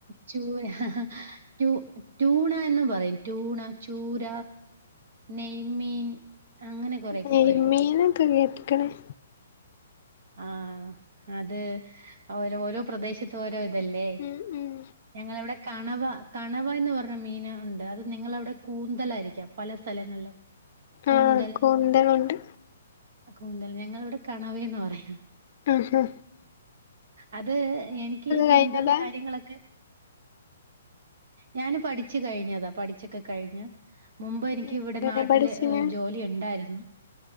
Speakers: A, on the right (about 60°); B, on the left (about 50°).
A: ചൂര ഹാ ഹാ ടു ടൂണ എന്നും പറയും ടൂണ ചൂര നെയ്മീൻ അങ്ങനെ കൊറെയൊക്കെ
B: നെയ്മീനും
A: പറയും.
B: <unintelligible>
A: ആഹ് അത് ഓരോരോ പ്രദേശത്ത് ഓരോ ല്ലേ
B: ഉം ഉം
A: ഞങ്ങളവിടെ കണവ അഥവാ കണവ എന്ന് പറഞ്ഞ മീൻ ഉണ്ട് അത് നിങ്ങളവിടെ കൂന്തൽ ആയിരിക്കാം പല സ്ഥലങ്ങളില് കൂന്തൽ
B: ആഹ് കൊണ്ട് കൊണ്ട്
A: കൂന്തൽ ഞങ്ങളവിടെ കണവേന്നാ പറയും <unintelligible>
B: ഹാ ഹാ
A: അത് എനിക്ക് ഈ കൂന്തൽ
B: കഴിഞ്ഞതാ
A: കാര്യങ്ങളൊക്കെ ഞാന് പഠിച്ചു കഴിഞ്ഞതാ പഠിച്ചൊക്കെ കഴിഞ്ഞു മുമ്പ് എനിക്ക്
B: എന്തിനാ
A: ഇവിടെ നാട്ടില്
B: പഠിച്ചിനെ
A: ജോലി ഉണ്ടായിരുന്നു